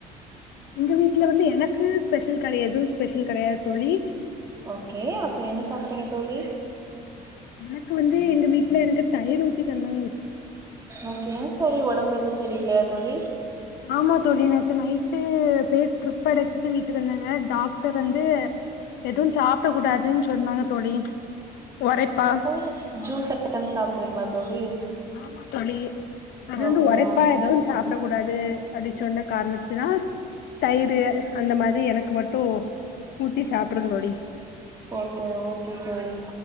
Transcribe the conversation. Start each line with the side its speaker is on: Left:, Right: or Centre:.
Left: எங்க வீட்டுல வந்து எனக்கு ஸ்பெஷல் கடையாது ஸ்பெஷல் கடையாது தோழி
Right: ஓகே அப்ப என்ன சாப்டீங்க தோழி
Left: எனக்கு வந்து எங்க வீட்ல எனக்கு தயிர் ஊத்தி தந்தாங்
Right: ஓக்கே ஏ தோழி ஒடம்பு எது சரி இல்லையா தோழி
Left: ஆமா தோழி நேத்து நைட்டு பேர்ட்ரிப் அடிச்சிட்டு வீட்டுக்கு வந்தாங்க டாக்டர் வந்து எதும் சாப்ட கூடாதுன் சொன்னாங்க தோழி ஒரைப்பா
Right: ஃபுல் ஜுஸா ஐட்டம் சாப்ட்றீங்களா தோழி
Left: ஆமா தோழி அது வந்து
Right: ஓகே
Left: உரைப்பா
Right: ஓகே
Left: எதுவு சாப்ட கூடாது அப்டி சொன்ன காரணத்தினா தயிரு அந்த மாரி எனக்கு மட்டு ஊத்தி சாப்டன் தோழி
Right: ஓக்கேக ஓக்கே தோழி